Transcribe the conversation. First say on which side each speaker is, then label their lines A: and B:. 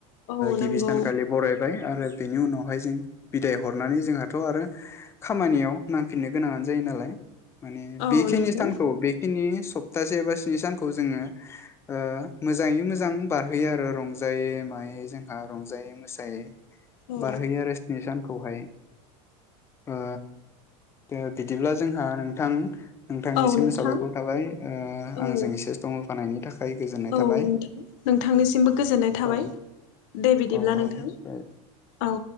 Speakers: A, on the left (about 65°); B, on the left (about 15°).
A: औ
B: गिबि
A: नंगौ
B: सानखालि बरायबाय आरो बेनि उनावहाय जों बिदाय हरनानै जोंहाथ' आरो खामानियाव नांफिननो गोनाङानो जायो नालाय माने
A: औ
B: बेखिनि
A: नंगौ
B: सानखौ बेखिनि सप्तासे एबा स्नि सानखौ जोङो ओ मोजाङै मोजां बारहोयो आरो रंजायै मायै जोंहा रंजायै मोसायै
A: औ
B: बारहोयो आरो स्नि सानखौहाय ओ दे बिदिब्ला जोंहा नोंथां नोंथांनिसिम
A: औ नोंथां
B: साबायखर थाबाय ओ
A: औ
B: आंजों एसे सम होफानायनि थाखाय गोजोननाय
A: औ
B: थाबाय
A: नोंथां नोंथांनिसिमबो गोजोननाय थाबाय
B: औ
A: दे बिदिब्ला
B: औ औ
A: नोंथां
B: दे
A: औ